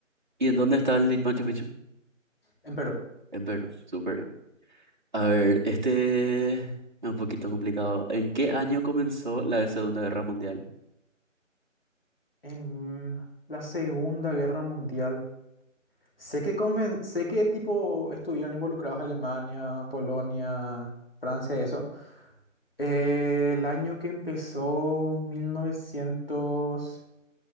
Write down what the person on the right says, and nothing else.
¿Y en
dónde está el Machu Picchu?
En Perú. Súper bien. A ver, este es un poquito complicado. ¿En qué año comenzó la Segunda Guerra Mundial?